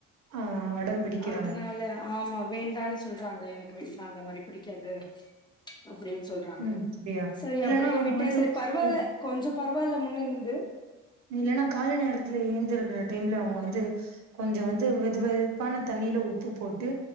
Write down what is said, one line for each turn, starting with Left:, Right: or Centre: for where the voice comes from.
Right: ஆ அடம் பிடிக்கிறாங்க
Left: அதனால ஆமா வேண்டான் சொல்றாங்க எனக் வீட்ல அந்த மாரி பிடிக்காது அப்டின் சொல்றாங்க
Right: ம் அப்டியா
Left: சரி
Right: இல்லன்னா
Left: அப்பிடின்னு
Right: அவங்க
Left: விட்டா
Right: வந்து
Left: சரி பரவால்ல
Right: உப்
Left: கொஞ்சொ பரவால்ல முன்ன இருந்து
Right: இல்லன்னா காலை நேரத்துல ஏழுந்திருக்க டைம்ல அவுங்க வந்து கொஞ்சொ வந்து வெது வெதுப்பான தண்ணில உப்பு போட்டு